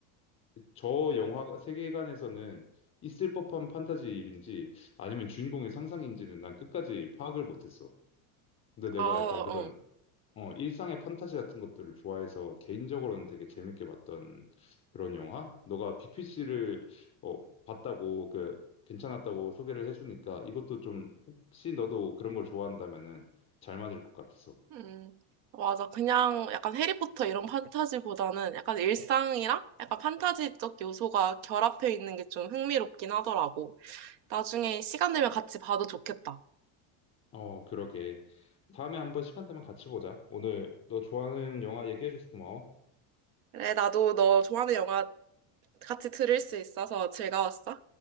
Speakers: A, on the left; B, on the right.
A: 저 영화 세계관에서는 있을 법한 판타지 일인지 아니면 주인공의 상상인지는 난 끝까지 파악을 못했어. 근데 내가
B: 아,
A: 약간 그런
B: 어.
A: 어, 일상의 판타지 같은 것들을 좋아해서 개인적으로는 되게 재밌게 봤던 그런 영화? 너가 빅피시를 어, 봤다고 그 괜찮았다고 소개를 해주니까 이것도 좀 혹시 너도 그런 걸 좋아한다면은 잘 맞을 것 같았어.
B: 음, 맞아. 그냥 약간 해리포터 이런 판타지보다는 약간 일상이랑 약간 판타지적 요소가 결합해 있는 게 좀 흥미롭긴 하더라고. 나중에 시간 되면 같이 봐도 좋겠다.
A: 어, 그러게. 다음에 한번 시간 되면 같이 보자. 오늘 너 좋아하는 영화 얘기해줘서 고마워.
B: 그래, 나도 너 좋아하는 영화 같이 들을 수 있어서 즐거웠어.